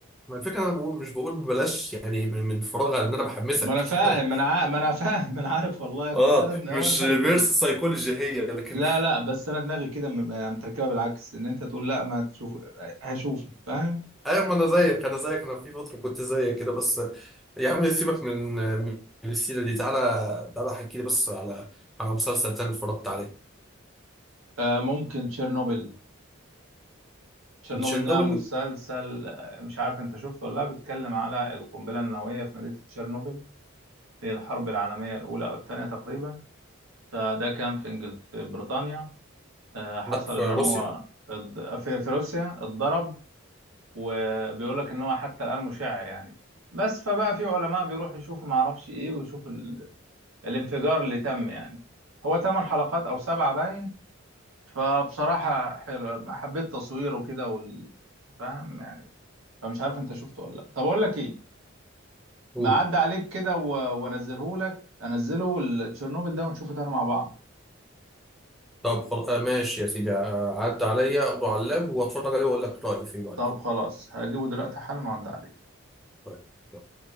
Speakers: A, in the centre; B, on the right.
A: ما الفكره انا بقول مش بقول ببلاش يعني من من فراغ ان انا بحمسك
B: ما انا فاهم
A: <laughs>
B: ما انا عا- ما انا فاهم <laughs> ما انا عارف والله بس
A: اه
B: انا دم-
A: مش
B: هو أنا دماغي
A: ريفيرس
B: كده
A: سايكولوجي هي لكن
B: لا
A: <laughs>
B: لا بس انا دماغي كده م- م- متركبه بالعكس ان انت تقول لا ما تشوف هشوفه فاهم
A: ايوه ما انا زيك انا زيك انا في فتره كنت زيك كده بس يا عم سيبك من من السيره دي تعالى تعالى احكي لي بس على على مسلسل تاني اتفرجت عليه
B: آه ممكن تشيرنوبل تشيرنوبل
A: تشيرنوبل
B: ده مسلسل آه، مش عارف انت شفته ولا لا بيتكلم على القنبلة النووية في مدينة تشيرنوبل في الحرب العالمية الأولى أو الثانية تقريبا فده كان في إنجلت في بريطانيا آه، حصل
A: لا في
B: إن
A: روسيا
B: هو اتض- في في روسيا اتضرب وبيقول لك إن هو حتى الآن مشع يعني بس فبقى في علماء بيروحوا يشوفوا ما اعرفش ايه ويشوفوا ال... الانفجار اللي تم يعني هو ثمان حلقات او سبعة باين فبصراحة حلو حبيت تصويره كده وال... فاهم فمش عارف انت شفته ولا لا طب اقول لك ايه
A: قول
B: ما عدى عليك كده و... وانزله لك انزله التشيرنوبل ده ونشوفه تاني مع بعض
A: طب خلاص آه، ماشي يا سيدي آه، عدى عليا اخده على اللاب واتفرج عليه واقول لك رايي فيه بعد
B: طب
A: كده
B: خلاص هجيبه دلوقتي حالا وعدى عليك
A: طيب.